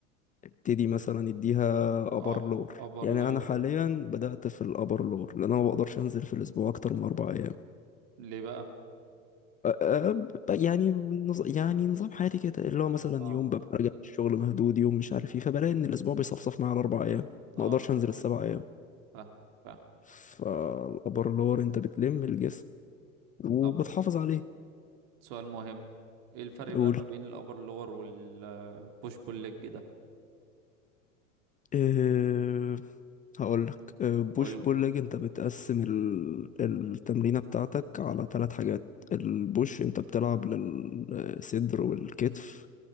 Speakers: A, on the left; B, on the right.
A: ابتدي مثلا اديها
B: أب...
A: ابر لور
B: ابر
A: يعني
B: لور
A: انا حاليا بدأت في الابر لور لان انا ما بقدرش انزل في الاسبوع اكتر من اربع ايام
B: ليه بقى
A: أه، أه، ب- يعني نظ... يعني نظام حياتي كده اللي هو مثلا
B: اه
A: يوم ببقى
B: اه
A: راجع الشغل مهدود يوم مش عارف ايه فبلاقي ان الاسبوع بيصفصف معايا على اربع ايام
B: آه،
A: ما اقدرش
B: فاهم
A: انزل السبع ايام
B: فاهم فاهم
A: فالابر انت بتلم الجسم وبتحافظ
B: طب
A: عليه
B: سؤال مهم ايه الفرق
A: قول
B: بقى ما بين الابر لور والبوش بول ليج ده
A: أه هقول لك أه بوش
B: قول
A: بول
B: لي
A: ليج انت بتقسم ال... التمرينه بتاعتك على ثلاث حاجات البوش انت بتلعب للصدر والكتف